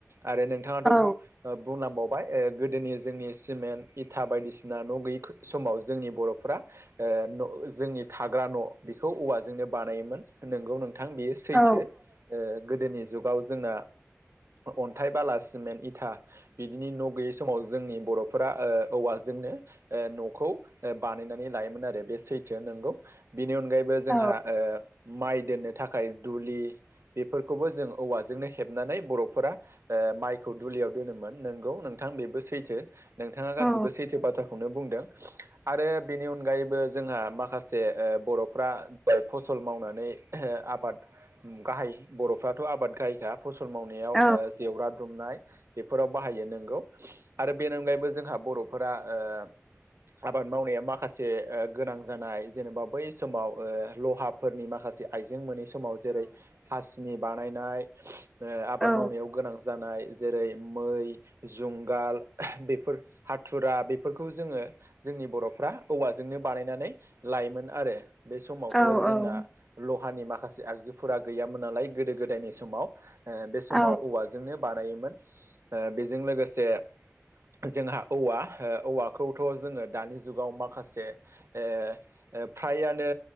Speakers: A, on the right (about 65°); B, in the centre.
A: आरो नोंथाङाथ
B: औ
A: बु ओ बुंलांबावबाय गोदोनि जोंनि सिमेन्ट इथा बायदिसिना ना न गैयि समाव जोंनि बरफोरा ओ जोंनि थाग्रा न बेखौ औवाजोंनो बानायोमोन नोंगौ नोंथां बेयो सैथो
B: औ
A: ओ गोदोनि जुगाव जोंना अन्थाइ बाला सिमेन्ट इथा बिदिनि न गैयै समाव जोंनि बरफोरा ओ औवाजोंनो ओ नखौ बानायनानै लायोमोन आरो बे सैथो नंगौ। बिनि अनगायैबो जोंहा
B: औ
A: ओ माइ दोननो थाखाय दुलि बेफोरखौबो जों औवाजोंनो हेबनानै बरफोरा ओ माइखौ दुलियाव दोनोमोन नंगौ नोंथां थां बेबो सैथो नोंथाङा गासिबो
B: औ
A: सैथो बाथ्राखौनो बुंदों। आरो बेनि अनगायैबो जोंहा माखासे ओ बरफ्रा फसल मावनानै आबाद गाहाय बरफ्राथ आबाद गाहाय खा फसल मावनायाव ओ
B: औ
A: जेवरा दुमनाय बेफोराव बाहायो नंगौ आरो बेनि अनगायैबो जोंहा बरफोरा ओ आबाद मावनाया माखासे ओ गोनां जानाय जेनेबा बै समाव ओ लहाफोरनि माखासे आइजें मोनि समाव जेरै हासिनि बानायनाय ओ आबाद
B: औ
A: मावनायाव गोनां जानाय जेरै मै जुंगाल बेफोर हाथुरा बे बेफोरखौ जोङो जोंनि बरफ्रा औवाजोंनो बानायनानै लायोमोन आरो बे समावथ
B: औ
A: जोंना
B: औ
A: ल हानि माखासे आगजुफोरा गैयामोन नालाय गोदो गोदायनि समाव। ओ बे समाव
B: औ
A: औवाजोंनो बानायोमोन। ओ बेजों लोगोसे जोंहा औवा ओ औवाखौथ जोङो दानि जुगाव माखासे ए ए फ्रायानो